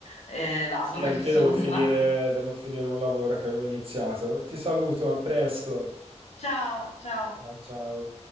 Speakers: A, on the left; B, on the right.
A: eh, vado,
B: Sì, anch'io
A: <laughs> insomma.
B: devo finire, devo finire un lavoro che avevo iniziato. Ti saluto, a presto.
A: Ciao, ciao.
B: Ciao, ciao.